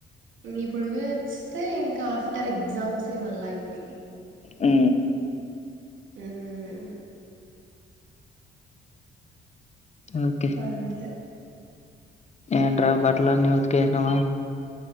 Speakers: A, on the right (about 75°); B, on the left (about 35°).
A: ఇంక ఇప్పుడు వస్తే ఇంకా ఆఫ్టర్ ఎగ్జామ్స్ ఏ మళ్ళా ఇంటికి
B: హు
A: ఉమ్
B: ఓకే
A: అంతే
B: ఏంట్రా బట్టలు వుతికేసినవా